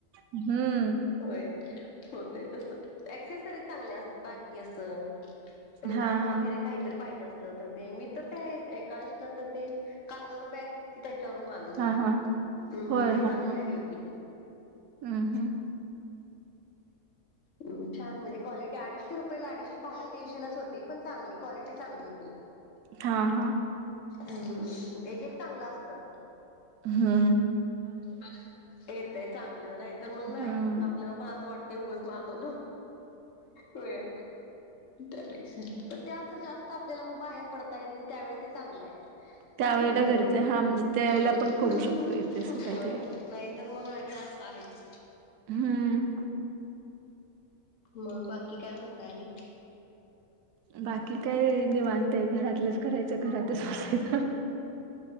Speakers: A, on the right; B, on the left.
A: हम्म.
B: होय, होतय तस, ॲक्सेसरीज चांगल्या असतात बाकी असं. मुलांना
A: हां, हां.
B: वगैरे काहीतर पाहिजे असलं तर, ते मी तर ते, एकांशला तर ते कांगारू बॅग, ती त्याच्यावरून मागवली
A: हां,
B: होती.
A: हां.
B: हम्म
A: होय,
B: ती
A: हा,
B: चांगली
A: हा,
B: आली होती
A: हम्म, हम्म.
B: हम्म, छान म्हणजे कॉलेटी अडीशे रुपयाला अडीशे पाणे तीनशे लाच होती, पण चांगली कॉलेटी चांगली होती.
A: हा हा.
B: हम्म, मग एक एक चांगलं असतांत.
A: हम्म-
B: हा तेच, येतंय चांगलं नाही तर मग नाही
A: हम्म
B: मग आपल्याला पण असं वाटतं. ते उगच मागवलं, होय. त्यापेक्षा, पण ते असं जास्त आपल्याला मग बाहेर पडता येत नाही त्यावेळी ते चांगलं
A: त्यावेेळेला
B: हायं.
A: गरजे
B: <unintelligible>
A: हा म्हणजे त्यावेेळेला आपण करू शकतोय तसं काहीतरी
B: होय, नाही तर मग आणि असं आहेच.
A: हम्म.
B: मग बाकी काय म्हणताय आणि.
A: बाकी काय निवांत हाय, घरातलंच करायचं घरातच बसायचं.